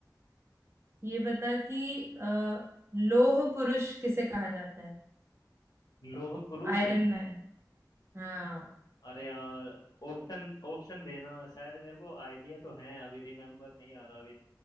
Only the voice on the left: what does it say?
लोह पुरुष
अरे यार ऑप्शन ऑप्शन देना शायद मेरे को आइडिया तो है अभी रिमेम्बर नहीं आ रहा अभी